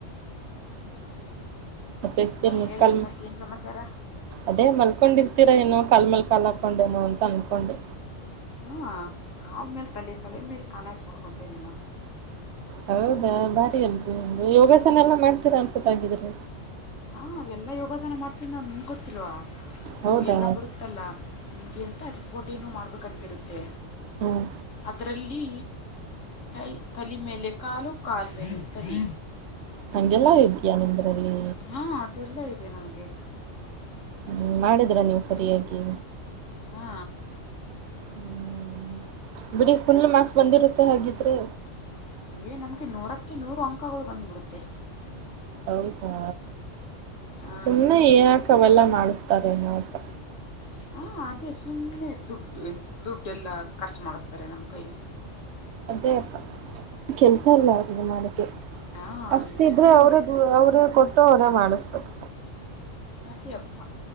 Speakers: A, on the right; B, on the left.
A: ಮತ್ತೆನ್ನು
B: ನಾ ಹೇಳಿ
A: ಕಲ್
B: ಮತ್ತೇನು ಸಮಾಚಾರ
A: ಅದೇ ಮಲ್ಕೊಂಡಿರ್ತೀರಾ ಏನೊ ಕಾಲ ಮೇಲೆ ಕಾಲ ಹಾಕೊಂಡೇನೋ ಅಂತ ಅನ್ಕೊಂಡೆ
B: ಹಾ ಕಾಲ ಮೇಲೆ ತಲೆ ತಲೆ ಮೇಲೆ ಕಾಲ ಹಾಕಿ ಮಲ್ಕೊಂತೀನಿ ನಾ
A: ಹೌದಾ ಬಾರಿ ಅಲ್ರಿ ಯೋಗಾಸನೆ ಎಲ್ಲ ಮಾಡ್ತೀರಾ ಅನ್ಸುತ್ತೆ ಆಗಿದ್ರೆ
B: ಹಾ ಎಲ್ಲ ಯೋಗಾಸನ ಮಾಡ್ತೀನಿ ನಾನು ನಿಮಗೆ ಗೊತಿಲ್ವಾ
A: ಹೌದಾ
B: ಎಲ್ಲಾ ಬರುತ್ತಲ್ಲ ನಿಮಗೆ ಅಂತ ರಿಪೋರ್ಟಿನೂ ಮಾಡ್ಬೇಕಂತಿರುತ್ತೆ
A: ಹ್ಮ್
B: ಅದರಲ್ಲಿ ತೈ ತಲೆ ಮೇಲೆ ಕಾಲು, ಕಾಲ ಮೇಲೆ ತಲೆ.
A: ನಗೆಲ್ಲ ಇದೆಯ ನಿಮ್ದ್ರಲ್ಲಿ
B: ಹಾಂ ಅದೆಲ್ಲ ಇದೆ ನಮಗೆ
A: ಹ್ಮ್ ಮಾಡಿದ್ರ ನೀವು ಸರಿಯಾಗಿ.
B: ಹಾ
A: ಹ್ಮ್ ಬಿಡಿ ಫುಲ್ ಮಾರ್ಕ್ಸ್ ಬಂದಿರುತ್ತೆ ಹಾಗಿದ್ರೆ
B: ಏ ನಮ್ಗೆ ನೂರಕ್ಕೆ ನೂರು ಅಂಕಗಳು ಬಂದುಬಿಡುತ್ತೆ.
A: ಹೌದಾ
B: ಹಾಂ
A: ಸುಮನೆ ಯಾಕ ಅವೆಲ್ಲ ಮಾಡಿಸ್ತಾರೆನಪ್ಪ
B: ಹಾಂ ಅದೇ ಸುಮ್ಮನೆ ದುಡ್ಡು ಎ ದುಡ್ಡೆ ಎಲ್ಲ ಖರ್ಚು ಮಾಡಿಸ್ತಾರೆ ನಮ್ಮ ಕೈಯಲಿ
A: ಅದೇ ಅಪ್ಪ ಕೆಲ್ಸ ಅಲ್ಲ ಅವ್ರ್ಗೆ ಮಾಡಕ್ಕೆ.
B: ಹಾಂ ಅವರಿಗೆ
A: ಅಷ್ಟಿದ್ರೆ
B: ಸುಮ್ಮನೆ
A: ಅವರೇ ಅವ್ರೇ ಕೊಟ್ಟು ಅವರೇ ಮಾಡಿಸ್ಬೇಕು.
B: ಅದೇ ಅಪ್ಪ